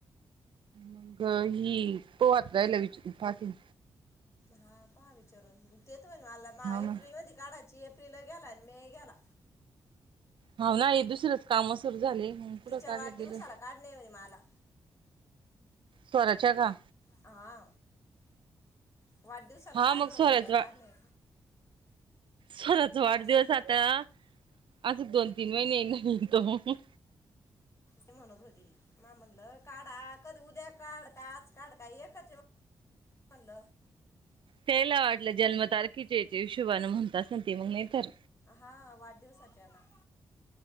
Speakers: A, on the right; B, on the left.
A: मंग ही पोहात रायला विचारून पाहते ना
B: हा पहा विचारून ते <unintelligible> मला महा
A: हा ना
B: एप्रिलमध्ये काढाची एप्रिल गेला मे गेला
A: हाव ना हे दुसरेच काम सुरू झाले मग कुठं
B: तिच्या
A: काढलं
B: वाढदिवसाला
A: गेलं
B: काढणे म्हणे मला
A: पोराच्या का
B: हा वाढदिवसाला
A: हा
B: काढणं
A: मग स्वराचा
B: होती का काढणे
A: स्वराचा वाढदिवस
B: असं
A: आता अजूक दोन तीन महिन्यान येईन तो
B: ते म्हणत होतील म्या म्हणल काढा कधी उद्या काढ का आज काढ काय एकच म्हणल
A: त्यायला वाटलं जन्म तारखेच्या चे हिशोबाने म्हणत असं ते मग नाही तर
B: हा वाढदिवसाच्याना